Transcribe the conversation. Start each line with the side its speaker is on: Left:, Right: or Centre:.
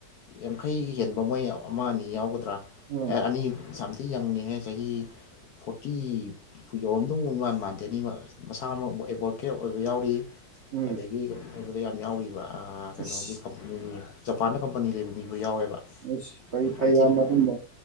Left: ꯌꯥꯡꯈꯩ ꯍꯦꯟꯕ ꯃꯣꯏ ꯑꯃ ꯑꯅꯤ ꯌꯥꯎꯒꯗ꯭ꯔꯥ
Right: ꯎꯝ
Left: ꯑꯦ ꯑꯅꯤ ꯁꯝ ꯁꯤ ꯌꯪꯉꯅꯤꯍꯦ ꯆꯍꯤ ꯐꯣꯔꯇꯤ ꯌꯧꯔꯝꯗꯧ ꯏꯃꯥꯟ ꯃꯥꯟꯗꯦꯅꯦ ꯃꯁꯥꯃꯛ ꯑꯦꯗꯕꯣꯀꯦꯗ ꯑꯣꯏꯕ ꯌꯥꯎꯔꯤ
Right: ꯎꯝ
Left: ꯑꯗꯒꯤ <unintelligible> ꯌꯥꯝ ꯌꯥꯎꯔꯤꯕ ꯀꯩꯅꯣꯒꯤ
Right: ꯏꯁ
Left: ꯀꯝꯄꯅꯤ ꯖꯄꯥꯟꯗ ꯀꯝꯄꯅꯤ ꯂꯩꯕ ꯃꯤ ꯑꯗꯨ ꯌꯥꯎꯋꯦꯕ
Right: ꯑꯁ ꯐꯩ ꯐꯩ
Left: ꯌꯥꯝ ꯊꯤꯅ
Right: ꯏꯌꯥꯝꯕ
Left: ꯄꯥ
Right: ꯑꯗꯨꯝꯕ